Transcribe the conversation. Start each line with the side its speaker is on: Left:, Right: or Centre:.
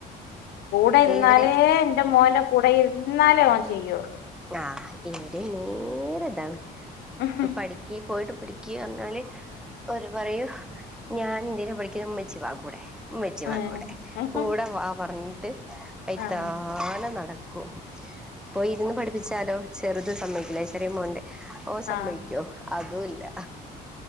Left: കൂടെ ഇരുന്നാലേ
Centre: ഇവര്
Left: എന്റെ മോന്റെ കൂടെ ഇര്ന്ന് എന്നാലേ ഓൻ ചെയ്യൊള്ളൂ
Centre: ആ ഇവിടെനി നേരെ ഇതാണ്
Left: ആഹ്
Centre: പഠിക്ക് പോയിട്ട് പഠിക്കുക എന്നർഞ്ഞാല് ഓര് പറയും ഞാൻ എന്തിനാ പഠിക്കുന്ന ഉമ്മച്ചി വ കൂടെ ഉമ്മച്ചിവാ
Left: ആഹ്
Centre: കൂടെ കൂടെ വാ പറഞ് വയ്ത്താലെ
Left: ആഹ്
Centre: നടക് ക്കു പോയി ഇരുന്ന് പഠി പ്പിച്ചാലോ ചെറുത് സമ്മതിക്കൂല്ല ചെറിയ മോൻണ്ട് ഓൻ
Left: ആഹ്
Centre: സമ്മതിക്കോ അതൂല്ല